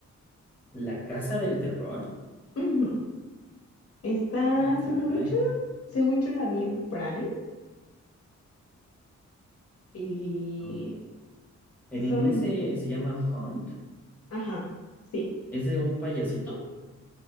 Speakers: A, in the centre; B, on the left.
A: La Casa del Terror.
B: Ujú. Está,
A: Ah, caray.
B: según yo, según yo la vi en Prime y
A: Ah. En
B: son,
A: inglés se, se llama Hunt.
B: ajá, sí.
A: ¿Es de un payasito?